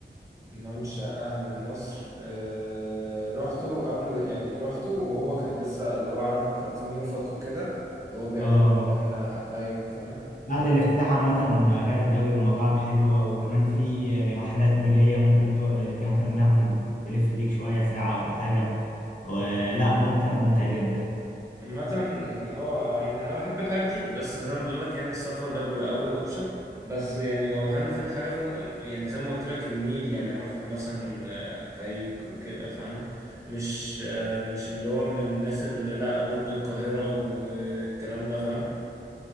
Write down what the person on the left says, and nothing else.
اه مرة.
بعد الافتتاح عامة بقى جامد قوي ومطاعم حلوة وكمان في رحلات نيلية ممكن ت- تركب مركب تلف بيك شوية ساعة ولا حاجة ولا ممتع ممتع جدا